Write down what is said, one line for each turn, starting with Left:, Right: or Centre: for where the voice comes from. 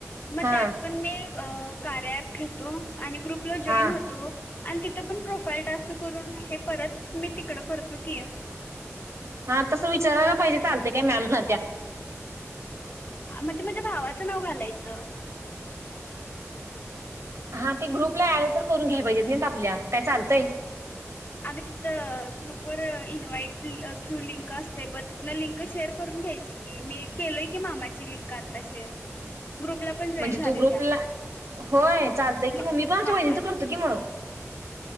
Right: हा
Left: त्यात पण मी अ कार्या ॲप घेतो. आणि ग्रुपला जॉईन
Right: हा
Left: होतो. तिथं पण प्रोफाईल टास्क करून, हे परत मी तिकड कर तीय.
Right: हा. तस विचारायला पाहिजे चालतय काय मॅम ला त्या
Left: हा मजे माझ्या भावाचं नाव घालायचं.
Right: हा ते ग्रुपला ऍड तर करून घ्याय पाहिजेत नाही आपल्या काय चालतंय?
Left: अग तिथ ग्रुपवर इन्व्हाइट थ्रू लिंक असतय. ब तिथन लिंक शेअर करून घ्यायची की, मी केलोय की मामाची लिंक आता शेअर ग्रुपला पण जॉईन
Right: म्हणजे
Left: झालोय
Right: तू ग्रुपला
Left: त्या
Right: होय चालतय
Left: मा
Right: कि मी पण आम च्या
Left: मामाच
Right: वहिणीच करतो कि मग,